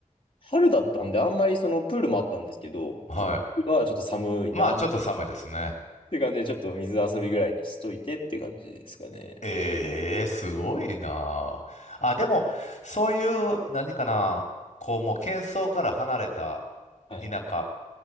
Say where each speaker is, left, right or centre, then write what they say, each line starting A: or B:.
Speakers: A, on the left; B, on the left.
A: 春だったんであんまりそのプールもあったんですけど、
B: はい。
A: ちょっと、今はちょっと寒いなっ
B: まあ、ちょっと寒いですね。
A: ていう感じで、ちょっと水遊びぐらいにしといてっていう感じですかね。
B: ええ、すごいなあ。あ、でも、そういう、何かな、こう、もう、喧騒から離れた
A: はい。
B: 田舎、